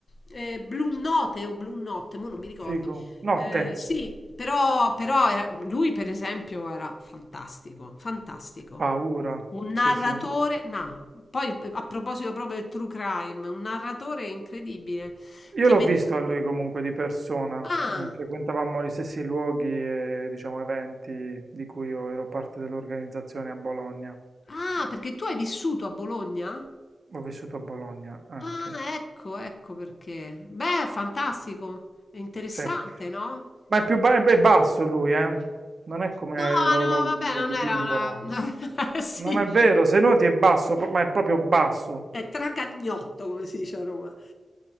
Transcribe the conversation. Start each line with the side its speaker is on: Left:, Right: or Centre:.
Left: Eh, Blu Note o Blu Notte, mo non mi ricordo.
Right: Figo. Notte,
Left: Eh, sì, però, però era- lui per esempio era fantastico, fantastico.
Right: paura,
Left: Un
Right: sì,
Left: narratore,
Right: sì.
Left: no, poi eh, a proposito proprio del true crime, un narratore incredibile.
Right: Io
Left: Ti
Right: l'ho
Left: met-
Right: visto a lui comunque di persona,
Left: Ah,
Right: mm, frequentavamo gli stessi luoghi e, diciamo, eventi di cui io ero parte dell'organizzazione a Bologna.
Left: ah, perché tu hai vissuto a Bologna?
Right: Ho vissuto a Bologna anche,
Left: Ah, ecco, ecco perché. Beh, fantastico, è interessante,
Right: sì.
Left: no?
Right: Ma è più ba- è basso lui, eh? Non è come
Left: No,
Right: lo,
Left: no,
Right: lo-
Left: vabbè,
Right: lo
Left: non
Right: dipingono.
Left: era una... <laughs> Sì,
Right: Non è vero, se noti è basso, pro- ma è proprio basso.
Left: È tragagnotto, come si dice a Roma.